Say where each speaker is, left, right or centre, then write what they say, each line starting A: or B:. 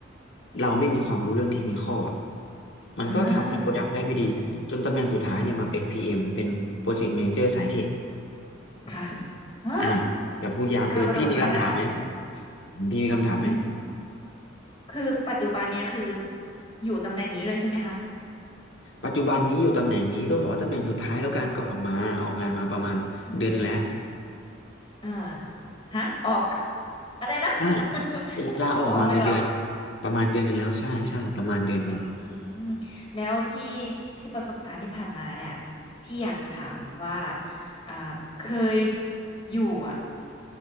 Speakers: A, on the left; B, on the left.
A: เราไม่มีความรู้เรื่องเทคนิคอลอะมันก็ทำให้โปรดักต์ได้ไม่ดีจนตำแหน่งสุดท้ายเนี่ยมาเป็น
B: เอ่าค่ะ
A: PM เอ็มเป็น Project Manager สายเทค
B: ค่ะเออ
A: อ่ะอย่าพูดยาวเกินพี่มีคำถามไหม
B: ก้าวกระโดดมากนะคะ
A: พี่มีคำถามไหม
B: อืม คือปัจจุบันเนี่ยคืออยู่ตำแหน่งนี้เลยใช่ไหมคะ
A: ปัจจุบันนี้อยู่ตำแหน่งนี้ต้องบอกว่าตำแหน่งสุดท้ายแล้วกันก่อนออกมาออกงานมาประมาณเดือนหนึ่งแล้ว
B: อืมอืมเออฮะออก <laughs> อะไรนะ
A: ใช่
B: <laughs>
A: ลาออกมาเงินเดือน
B: ออกเลยเหรอ
A: ประมาณเดือนหนึ่งแล้วใช่ใช่ประมาณเดือนหนึ่ง
B: อืมอืมอืมแล้วที่ที่ประสบการณ์ที่ผ่านมาเนี่ยพี่อยากจะถามว่าอ่าเคยอยู่อ่ะ